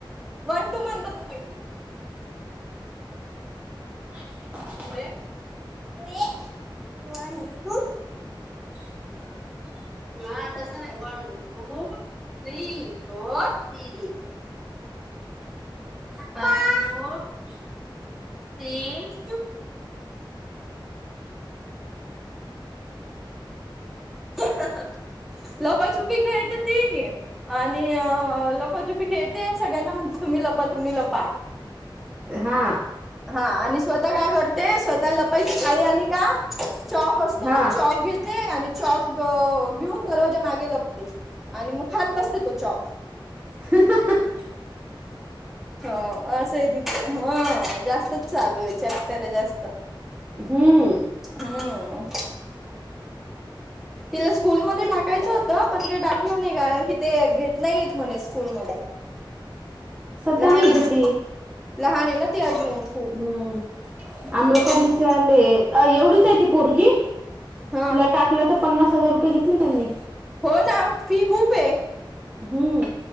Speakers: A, in the centre; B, on the right (about 20°).
A: one two म्हण बर बई
B: पाच मिनट
A: पुढे पुढे वन टू
B: <unintelligible>
A: हा तसं नाही one, two, three, four, three
B: <unintelligible>
A: five six <unintelligible> लपाछपी खेळत ती. आणि लपाचुपी खेळते सगळ्यांना म्हणते तुम्ही लपा तुम्ही लपा.
B: हा
A: हा आणि स्वतः काय करते स्वतः लपायची पाळी आली का चॉक असतो
B: हा
A: ना चॉक घेते आणि चॉक घेऊन दरवाजा मागे लपते. आणि मग खात बसते तो चॉक
B: अहहह
A: हो असं आहे ति हो जास्तच चालू आहे. खर जास्त
B: हम्म
A: हम्म तिला स्कूलमध्ये टाकायचं होतं पण ते टाकलं नाही कारण की ते घेत नाही येत म्हणे स्कूल मध्ये
B: सध्या
A: लहान
B: नाही
A: आहे ना
B: घेतील
A: ते लहाण आहे ना ती अजून खूप
B: हम्म आम्रपारीच्या
A: हम्म
B: ते अ एवढीच आहे ती पोरगी
A: हा
B: तिला टाकलं तर पन्नास हजार रुपये घेतले त्यांनी
A: हो ना फी खूप हे.
B: हम्म